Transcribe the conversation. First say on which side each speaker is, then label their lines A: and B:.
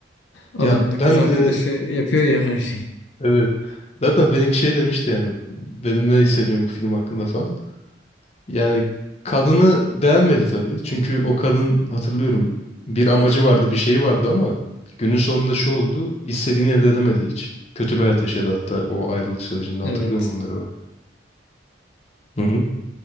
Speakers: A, on the left; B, on the left.
A: adam
B: Ya ben
A: da kız arkadaşı
B: e,
A: yapıyor ya her şeyi.
B: evet. Zaten benim şey demişti yani. Benim ne hissediyorum bu film hakkında falan. Yani kadını beğenmedi tabii. Çünkü o kadın hatırlıyorum bir amacı vardı, bir şeyi vardı ama günün sonunda şu oldu. istediğini elde edemedi hiç. Kötü bir hayat yaşadı hatta o ayrılık sürecinde
A: Evet.
B: hatırlıyorum onları ben. Hı hı.